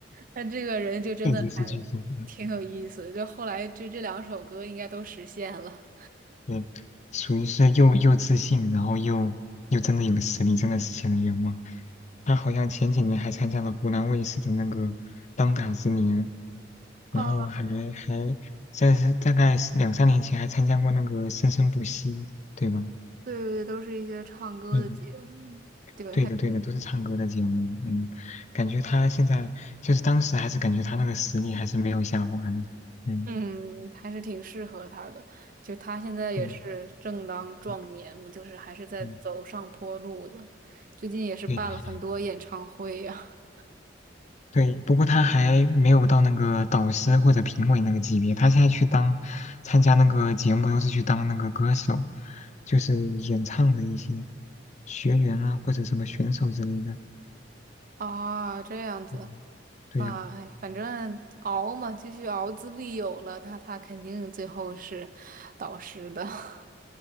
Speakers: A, on the right; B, on the left.
A: 他这个人就真的还
B: 确实是巨星。
A: 挺有意思的，就后来就这两首歌应该都实现了。
B: 嗯，属于是又又自信，然后又又真的有实力，真的实现了愿望。他好像前几年还参加了湖南卫视的那个当打之年，
A: 哦，
B: 然后还还在是大概是两三年前还参加过那个生生不息，对吧？
A: 对对对，都是一些唱歌的节目，
B: 嗯，
A: 对，
B: 对的对的，
A: 还挺
B: 都是唱歌的节目。嗯，感觉他现在就是当时还是感觉他那个实力还是没有下滑的。嗯，
A: 嗯，还是挺适合他的。就他现在也是正当壮年嘛，
B: 对，嗯，
A: 就是还是在走上坡路的。
B: 嗯
A: 最近也是办了很多演唱会呀、
B: 嗯。对，不过他还没有到那个导师或者评委那个级别，他现在去当参加那个节目都是去当那个歌手，就是演唱的一些学员啊或者什么选手之类的。
A: <laughs> 啊。这样子，
B: 嗯，对呀、
A: 那哎，反正熬嘛，继续熬，资历有了，他他肯定最后是导师的。<laughs>